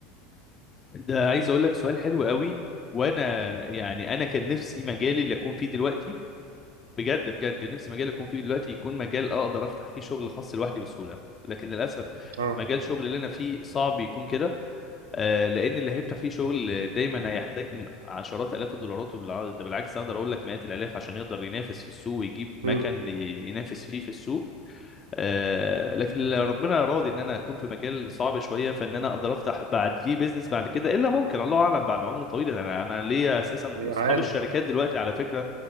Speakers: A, on the left; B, on the right.
A: ده عايز اقول لك سؤال حلو قوي وانا يعني انا كان نفسي مجالي اللي اكون فيه دلوقتي بجد بجد نفسي مجال يكون فيه دلوقتي يكون مجال اقدر افتح فيه شغل خاص لوحدي بسهوله لكن للاسف
B: آه
A: مجال شغل اللي انا فيه صعب يكون كده آه، لان اللي هيفتح فيه شغل دايما هيحتاج م- عشرات الاف الدولارات وبالع- ده بالعكس اقدر اقول لك مئات الالاف عشان يقدر ينافس في السوق ويجيب مكان
B: أمم.
A: ي- ينافس فيه في السوق آه، لكن اللي ربنا راضي ان انا اكون في مجال صعب شويه فان انا اقدر افتح بعديه بيزنس بعد كده الا ممكن الله اعلم بعد عمر طويل انا انا ليا اساسا اصحاب
B: عالم
A: الشركات دلوقتي على فكره